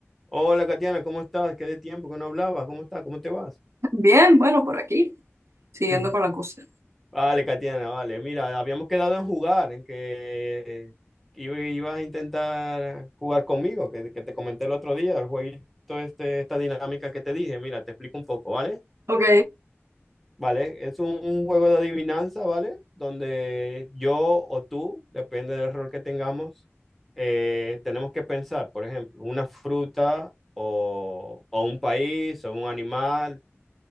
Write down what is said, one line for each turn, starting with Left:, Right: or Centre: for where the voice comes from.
Centre: Hola, Katiana, ¿cómo estás? Qué de tiempo que no hablabas. ¿Cómo estás? ¿Cómo te vas?
Right: Bien, bueno, por aquí, siguiendo
Centre: <laughs>
Right: con la cosa.
Centre: Vale, Katiana, vale. Mira, habíamos quedado en jugar, en que iba- ibas a intentar jugar conmigo, que, que te comenté el otro día, el jueguito, este, esta dinámica que te dije. Mira, te explico un poco, ¿vale?
Right: Ok,
Centre: Vale, es un, un juego de adivinanza, ¿vale? Donde yo o tú, depende del rol que tengamos, eh, tenemos que pensar, por ejemplo, una fruta o, o un país o un animal